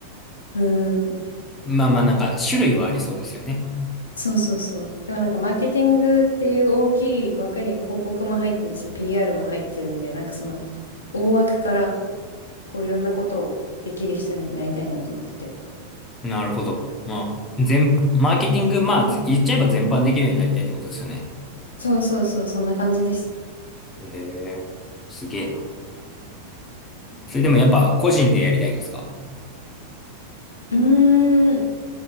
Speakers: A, on the left (about 75°); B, on the left (about 20°).
A: うーん、
B: まあまあなんか種類はありそうですよね。
A: そうそうそう。でもなんかマーケティングっていう大きい枠に広告も入ってるし、PR も入ってるんで、なんかその、大枠から、こういろんなことをできる人になりたいなと思ってて。
B: なるほど。まあ、全、マーケティング、まあ、言っちゃえば全般できるようになりたいってことですよね。
A: そうそうそう、そんな感じです。
B: へえ、すげえな。それでもやっぱ個人でやりたいんですか
A: うーん、